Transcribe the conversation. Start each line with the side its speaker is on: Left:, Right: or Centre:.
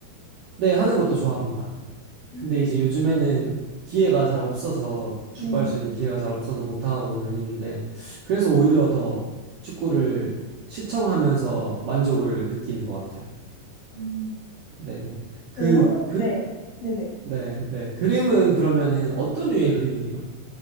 Right: 네, 하는 것도 좋아합니다.
Left: 음,
Right: 근데 이제 요즘에는 기회가 잘 없어서, 축구할
Left: 네.
Right: 수 있는 기회가 잘 없어서 못하고는 있는데, 그래서 오히려 더 축구를 시청하면서 만족을 느끼는 것 같아요.
Left: 음.
Right: 네네. 그,
Left: 응원?
Right: 그,
Left: 네. 네네.
Right: 네, 네. 그림은 그러면은 어떤 류의 그림이에요?